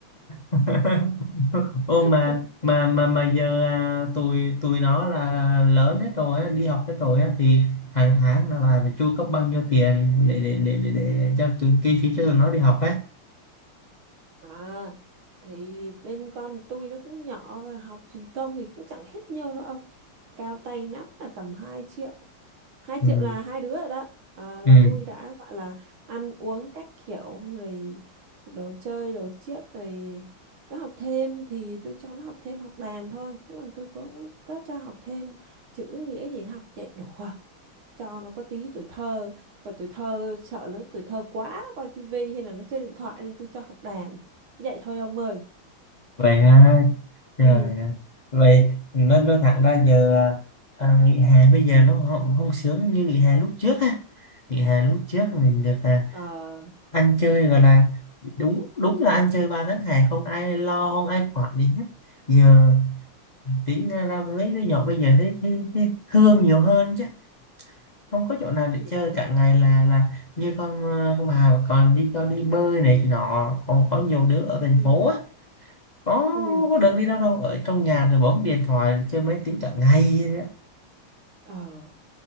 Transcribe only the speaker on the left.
<laughs> ô
mà mà mà mà giờ à, tụi tụi nó là lớn hết rồi á, đi học hết rồi á thì hàng tháng là bà phải chu cấp bao nhiêu tiền để để để để, để cho tụi kinh phí cho tụi nó đi học á.
ừ.
ừ.
vậy ha trời
ạ. vậy nó nó thẳng ra giờ à, à, nghỉ hè bây giờ nó không không sướng như nghỉ hè lúc trước á nghỉ hè lúc trước mình được à,
ăn chơi gọi là đúng đúng là ăn chơi ba tháng hè không ai lo không ai quản gì hết giờ tí ra ra mấy đứa nhỏ bây giờ thấy, thấy, thấy thương nhiều hơn chứ không có chỗ nào để
chơi cả
ngày là là như con ờ, con Hà mà còn đi cho đi bơi này kia nọ còn có nhiều đứa ở thành
phố á có
có được đi đâu đâu ở trong nhà rồi bấm điện thoại chơi máy tính cả ngày vậy á.